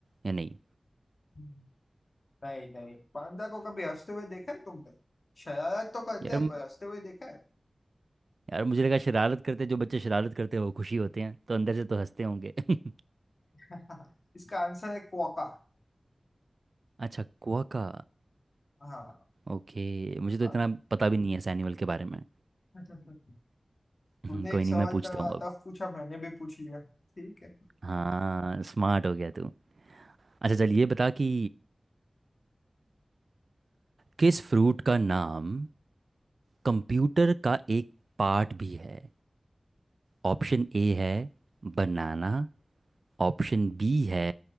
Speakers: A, on the right; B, on the left.
A: या नहीं
B: हम्म। नहीं नहीं पांडा को कभी हंसते हुए देखा है तुमने शरारत तो करते
A: यार
B: हैं पर हंसते हुए देखा है
A: यार मुझे लगा शरारत करते जो बच्चे शरारत करते हैं वो खुशी होते हैं तो अंदर से तो हंसते होंगे <laughs>
B: <laughs> इसका आंसर है कोका
A: अच्छा क्वाका
B: हाँ
A: ओके मुझे तो
B: पान-
A: इतना पता भी नहीं है इस एनिमल के बारे में
B: <laughs> तूने
A: हम्म, कोई
B: एक सवाल
A: नहीं मैं पूछता
B: तब
A: हूँ अब
B: पूछा मैंने भी पूछ लिया ठीक है
A: हाँ स्मार्ट हो गया तू अच्छा चल ये बता कि किस फ्रूट का नाम कंप्यूटर का एक पार्ट भी है ऑप्शन ए है बनाना ऑप्शन बी है